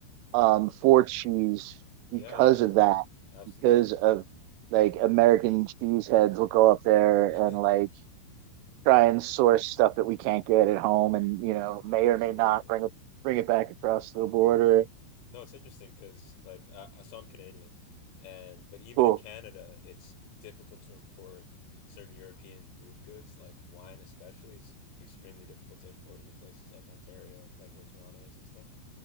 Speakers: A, on the right; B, on the left.
A: um, for cheese
B: Yeah,
A: because
B: yeah.
A: of that,
B: Absolutely.
A: because of like American cheese heads will go up there
B: <laughs>
A: and like try and source stuff that we can't get at home, and you know may
B: Absolutely.
A: or may not bring it bring it back across the border.
B: No, it's interesting because like I, so I'm Canadian, and but even
A: Cool.
B: in Canada, it's difficult to import certain European food goods, like wine especially, is extremely difficult to import into places like Ontario, like where Toronto is and stuff.